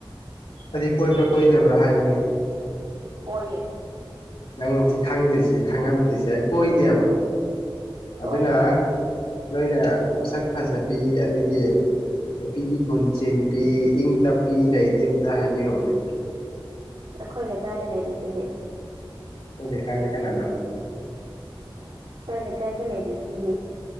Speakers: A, on the left; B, on the right.
A: ꯑꯗꯨꯗꯤ ꯀꯣꯏꯕ꯭ꯔꯥ ꯀꯣꯏꯗꯕ꯭ꯔꯥ ꯍꯥꯏꯌꯨꯅꯦ
B: ꯀꯣꯏꯌꯦ
A: ꯅꯪ ꯁꯤ ꯈꯪꯗ꯭ꯔꯤꯁꯤ ꯈꯪꯉꯝꯗ꯭ꯔꯤꯁꯤ ꯀꯣꯏꯗꯦꯕ
B: ꯀꯣꯏꯌꯦꯕ
A: ꯑꯗꯨꯅ ꯅꯣꯏꯅ ꯃꯁꯛ ꯐꯖꯕꯤ ꯑꯗꯒꯤ ꯅꯨꯄꯤꯒꯤ ꯒꯨꯟ ꯆꯦꯟꯕꯤ ꯏꯪ ꯇꯞꯄꯤ ꯂꯩꯗꯤ ꯑꯃꯇ ꯍꯥꯏꯕꯤꯔꯛꯑꯣꯅꯦ
B: ꯑꯩꯈꯣꯏ ꯂꯩꯀꯥꯏꯗ ꯂꯩꯔꯤꯁꯤꯗꯤ
A: ꯅꯣꯏ ꯂꯩꯀꯥꯏꯗ ꯀꯅꯥꯅꯣ
B: ꯑꯩꯈꯣꯎꯏ ꯂꯩꯀꯥꯏꯗ ꯂꯩꯔꯤꯁꯤꯗꯤ